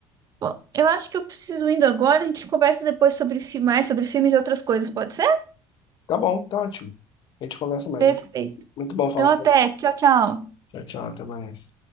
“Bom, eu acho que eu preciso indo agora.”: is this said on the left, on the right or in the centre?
Right